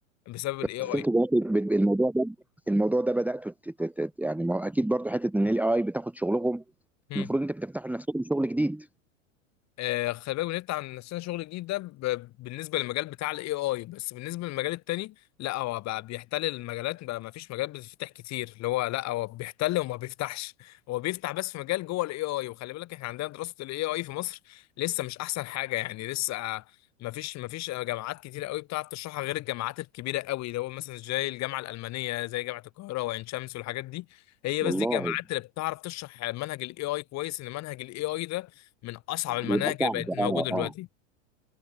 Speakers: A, on the left; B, in the centre.
A: بسبب الاي
B: بس انتوا برضه بت- الموضوع ده الموضوع ده بداتوا ت- ت- ت- يعني ما هو اكيد برضه حته ان الاي اي بتاخد شغلهم
A: اي
B: المفروض انت بتفتحوا لنفسكم شغل جديد
A: آه، خلي بالك بنفتح عن نفسنا شغل جديد ده ب- بالنسبه للمجال بتاع الاي اي بس بالنسبه للمجال التاني لا هو بقى بيحتل المجالات بقى ما فيش مجال بتفتح كتير اللي هو لا هو بيحتل وما بيفتحش هو بيفتح بس في مجال جوه الاي اي وخلي بالك احنا عندنا دراسه الاي اي في مصر لسه مش احسن حاجه يعني لسه آه، ما فيش ما فيش جامعات كتيره قوي بتعرف تشرحها غير الجامعات الكبيره قوي اللي هو مثلا زي الجامعه الالمانيه زي جامعه القاهره وعين شمس والحاجات دي هي بس
B: والله
A: دي الجامعات اللي بتعرف تشرح منهج الاي اي كويس ان منهج الاي اي ده من اصعب المناهج
B: بيبقى صعب
A: اللي بقت
B: اه
A: موجوده دلوقتي
B: اه